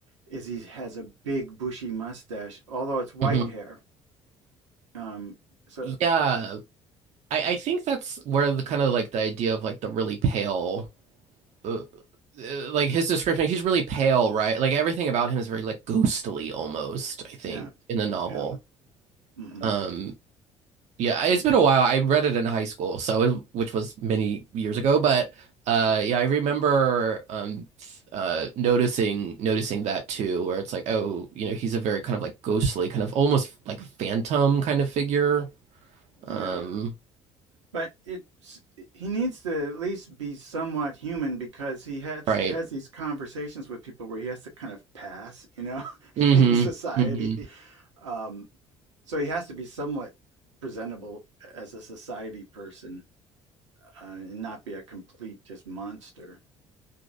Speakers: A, on the right; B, on the right.
A: is he has a big bushy mustache, although it's white
B: hmm
A: hair. Um, so
B: Yeah, I I think that's where the kind of like the idea of like the really pale, uh, uh, like his description. He's really pale, right? Like everything about him is very like ghostly almost, I think,
A: yeah,
B: in the novel.
A: yeah, hmm
B: Um, yeah, it's been a while. I read it in high school, so it, which was many years ago, but uh yeah, I remember um th- uh noticing noticing that too, where it's like, oh, you know, he's a very kind of like ghostly, kind of almost like phantom kind of figure.
A: yeah.
B: Um,
A: But it's he needs to at least be somewhat human because he has
B: right.
A: has these conversations with people where he has to kind of pass, you know, <laughs>
B: Mm-hmm.
A: in society.
B: Mm-hmm.
A: Um, so he has to be somewhat presentable as a society person uh, and not be a complete just monster.